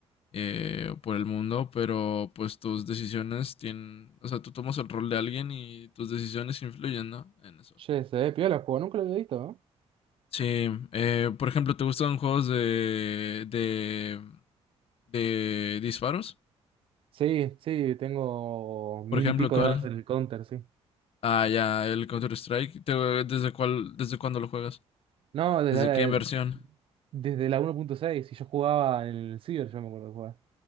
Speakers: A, on the left; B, on the right.
A: eh, por el mundo, pero pues tus decisiones tienen, o sea, tú tomas el rol de alguien y tus decisiones influyen, ¿no? En eso.
B: Che, se ve piola el juego, nunca lo había visto, ¿no?
A: Sí, eh, por ejemplo, ¿te gustan juegos de, de, de disparos?
B: Sí, sí, tengo mil
A: Por ejemplo,
B: y pico
A: ¿cuál?
B: de horas en el Counter, sí.
A: Ah, ya, el Counter-Strike. Te- ¿Desde cuál, desde cuándo lo juegas?
B: No, desde
A: ¿Desde qué versión?
B: la, desde la 1.6, y yo jugaba en el Ciber, yo me acuerdo de jugar.